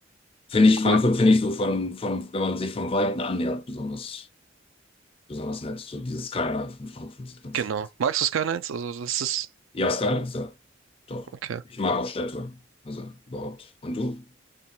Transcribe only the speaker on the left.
Finde ich, Frankfurt
finde ich so von, von, wenn man sich vom Weiten annähert, besonders besonders nett. So dieses Skyline von Frankfurt sieht ganz.
Ja, Skyline ist ja, doch.
Ich mag auch Städte. Also überhaupt. Und du?